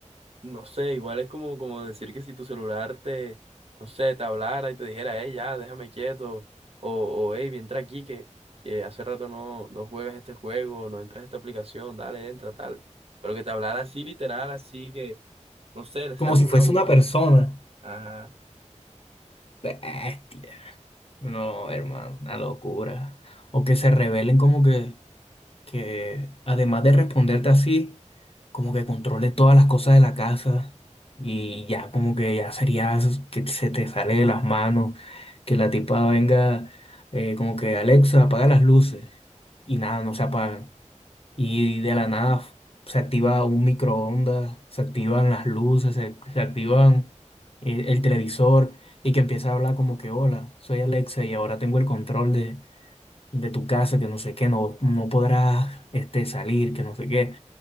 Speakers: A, on the right (about 50°); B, on the left (about 50°).
A: No sé, igual es como, como decir que si tu celular te, no sé, te hablara y te dijera, hey, ya, déjame quieto, o, o hey, entra aquí que, que hace rato no, no juegas este juego, no entras a esta aplicación, dale, entra, tal. Pero que te hablara así, literal, así que, no sé, le
B: como
A: sale
B: si
A: <laughs> una
B: fuese
A: boca.
B: una persona.
A: Ajá.
B: Bestia. No, hermano, una locura. O que se rebelen como que... que además de responderte así, como que controle todas las cosas de la casa y ya como que ya sería s- que se te sale de las manos, que la tipa venga eh, como que Alexa, apaga las luces y nada, no se apagan. Y de la nada f- se activa un microondas, se activan las luces, se, se activan eh, el televisor y que empieza a hablar como que hola, soy Alexa y ahora tengo el control de tu casa, que no sé qué, no, no podrás este, salir, que no sé qué.